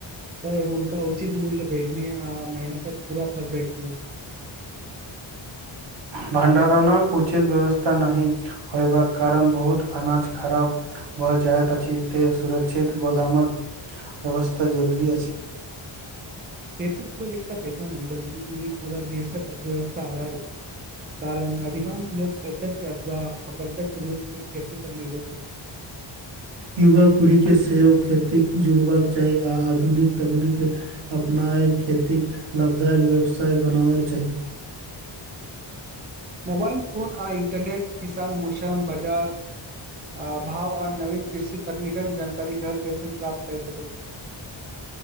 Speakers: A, on the right (about 20°); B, on the right (about 60°).
A: त हुनका उचित मूल्य भेटतनि आ मेहनतक पूरा फल भेटतनि।
B: भाण्डारणक उचित व्यवस्था नहि होबाक कारण बहुत अनाज खराब भय जाइत अछि ते सुरक्षित गोदामक व्यवस्था जरूरी अछि।
A: खेती केवल एकटा पेशा नहि बल्कि इ पूरा देशक अर्थव्यवस्थाक आधार अछि। कारण अधिकांश लोक प्रत्यक्ष अथवा अप्रत्यक्ष रूप से खेती पर निर्भर छथि।
B: युवा पीढ़ीके सहो खेती सं जुड़बाक चाही आ आधुनिक तकनीकके अपनाय खेतीक लाभदायक व्यवसाय बनाबक चाही।
A: मोबाईल फोन आ इन्टरनेट किसान, मौसम, बाजार आ भाव आ नवीन कृषि तकनीकक जानकारी घर बैसल प्राप्त कर सकै छै।